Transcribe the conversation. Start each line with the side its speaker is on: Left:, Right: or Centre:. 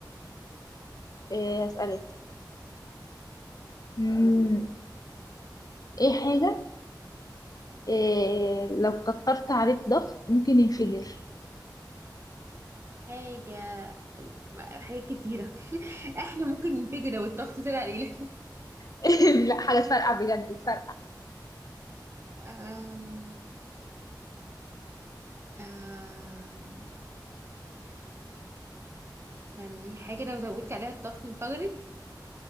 Left: إيه، اسالك مم، ايه حاجه إيه لو كترت عليه الضغط ممكن ينفجر
Right: حاجة حاجات كتيرة <laughs> احنا ممكن ننفجر لو الضغط طلع علينا
Left: <laughs> لا حاجه فارقه بجد فارقه
Right: <laughs> آم، آم، استني حاجة لو زودتي عليها الضغط انفجرت